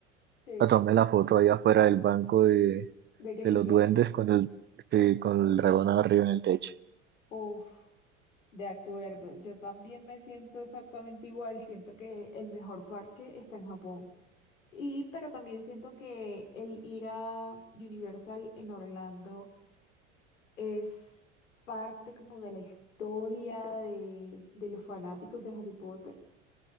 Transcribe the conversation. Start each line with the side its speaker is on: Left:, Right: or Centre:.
Left: Sí,
Right: a tomar la foto allá afuera del banco de,
Left: de Gringotts.
Right: de los duendes con el, eh, con el dragón arriba en el techo.
Left: Uf, de acuerdo. Yo también me siento exactamente igual. Siento que el mejor parque está en Japón. Y, pero también siento que el ir a Universal en Orlando es parte como de la historia de, de los fanáticos de Harry Potter.